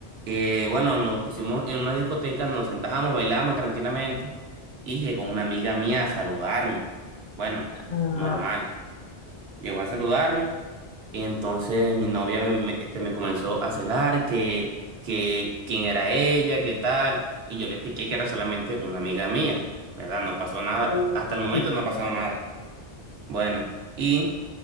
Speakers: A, on the right (about 70°); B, on the left (about 50°).
A: eh, bueno, nos pusimos en una discoteca, nos sentábamos, bailábamos tranquilamente y llegó una amiga mía a saludarme. Bueno,
B: Ah,
A: normal. Llegó a saludarme y entonces mi novia me, me- este, me comenzó a celar que, que quién era ella, qué tal. Y yo le expliqué que era solamente una amiga mía, ¿verdad? No pasó nada.
B: uy,
A: Hasta el momento
B: sí.
A: no ha pasado nada. Bueno, y...